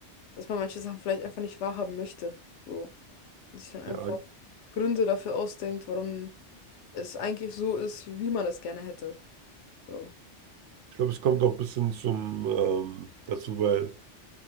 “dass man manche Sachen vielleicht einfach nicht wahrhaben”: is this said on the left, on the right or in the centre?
Left